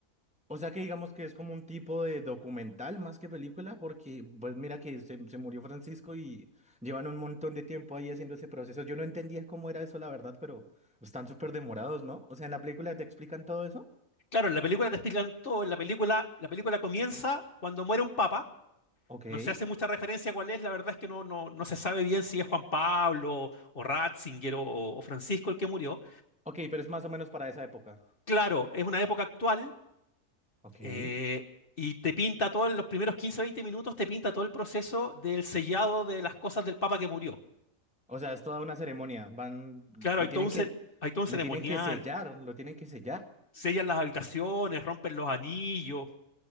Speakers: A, in the centre; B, on the left.
A: O sea que digamos que es como un tipo de documental más que película, porque pues mira que se, se murió Francisco y llevan un montón de tiempo ahí haciendo ese proceso. Yo no entendía cómo era eso, la verdad, pero están súper demorados, ¿no? O sea, en la película te explican todo eso.
B: Claro, en la película te explican todo, en la película, la película comienza cuando muere un papa,
A: Ok.
B: no se hace mucha referencia a cuál es, la verdad es que no, no, no se sabe bien si es Juan Pablo o Ratzinger o, o Francisco el que murió.
A: Ok, pero es más o menos para esa época.
B: Claro, es una época actual.
A: Ok.
B: eh, y te pinta todo, en los primeros 15 20 minutos, te pinta todo el proceso del sellado de las cosas del Papa que murió.
A: O sea, es toda una ceremonia. Van,
B: Claro,
A: lo
B: hay todo
A: tienen
B: un,
A: que,
B: ce- hay todo un
A: lo
B: ceremonial,
A: tienen que sellar, lo tienen que sellar.
B: sellan las habitaciones, rompen los anillos,